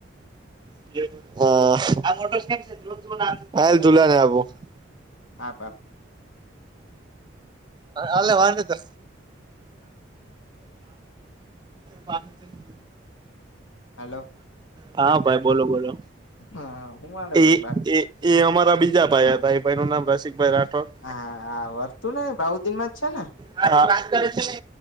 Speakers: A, on the right; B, on the left.
A: <unintelligible>
B: આપ આપ
A: અલ વાન તો પા <unintelligible>
B: હલો
A: હા ભાઈ બોલો બોલો
B: હા હું હાલે
A: એ
B: ભાઈ બાકી
A: એ એ અમારા બીજા ભાઈ હતા એ ભાઈ નું નામ રસિક ભાઈ રાઠોડ
B: હા આવ તું ને બઉ દિન માં જ છે ને
A: હા કર છે